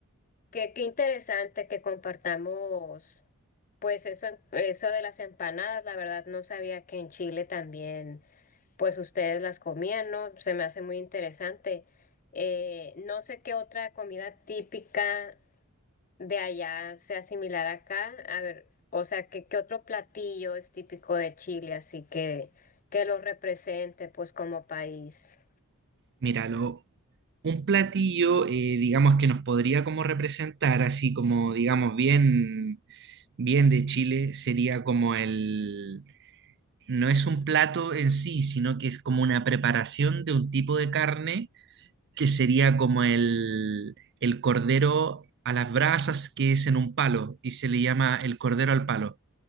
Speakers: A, on the left; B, on the right.
A: Qué, qué interesante que compartamos, pues eso, eso de las empanadas, la verdad no sabía que en Chile también, pues ustedes las comían, ¿no? Se me hace muy interesante. Eh, no sé qué otra comida típica de allá sea similar acá. A ver, o sea, qué, qué otro platillo es típico de Chile, así que que lo represente, pues como país.
B: Mira, lo, Un platillo, eh, digamos, que nos podría como representar, así como, digamos, bien, bien de Chile, sería como el, no es un plato en sí, sino que es como una preparación de un tipo de carne que sería como el, el cordero a las brasas que es en un palo y se le llama el cordero al palo.